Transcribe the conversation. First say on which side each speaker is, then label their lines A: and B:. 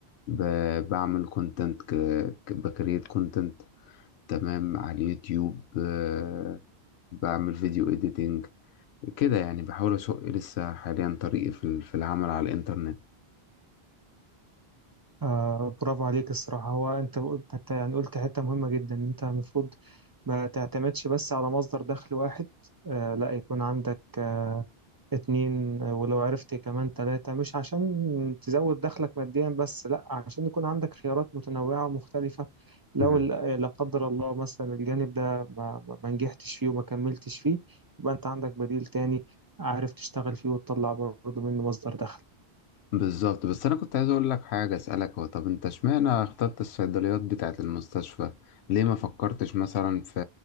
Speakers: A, on the left (about 80°); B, on the right (about 30°).
A: ب- بعمل كونتنت بكريت كونتنت تمام على اليوتيوب آه، بعمل فيديو إديتنج كده يعني بحاول أسوق لسه حاليا طريقي في ال- في العمل على الإنترنت
B: آه برافو عليك الصراحة هو أنت أنت يعني قلت حتة مهمة جدا إن أنت المفروض ما تعتمدش بس على مصدر دخل واحد آه لا يكون عندك آه اتنين آه، ولو عرفت كمان تلاتة مش عشان تزود دخلك ماديا بس لا عشان يكون عندك خيارات متنوعة ومختلفة لو
A: مم.
B: ال- لا قدر الله مثلا الجانب ده ما, ما ما نجحتش فيه وما كملتش فيه يبقى أنت عندك بديل تاني عارف تشتغل فيه وتطلع برضه منه مصدر دخل
A: بالظبط بس انا كنت عايز اقول لك حاجه اسالك هو طب انت اشمعنى اخترت الصيدليات بتاعه المستشفى ليه ما فكرتش مثلا في